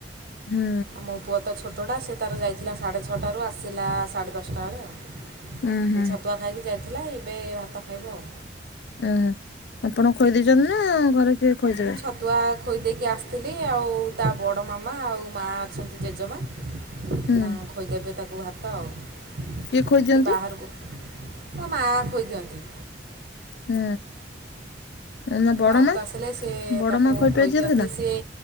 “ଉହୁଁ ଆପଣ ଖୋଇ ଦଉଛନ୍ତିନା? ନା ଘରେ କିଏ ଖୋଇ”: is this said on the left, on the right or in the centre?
Left